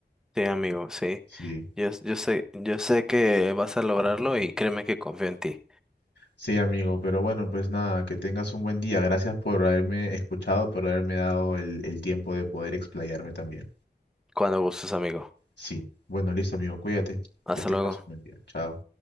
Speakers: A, in the centre; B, on the left.
A: Sí, amigo, sí.
B: Sí.
A: Yo, s- yo sé, yo sé que vas a lograrlo y créeme que confío en ti.
B: Sí, amigo, pero bueno, pues nada, que tengas un buen día. Gracias por haberme escuchado, por haberme dado el, el tiempo de poder explayarme también.
A: Cuando gustes, amigo.
B: Sí, bueno, listo, amigo, cuídate,
A: Hasta
B: que tengas
A: luego.
B: un buen día. Chao.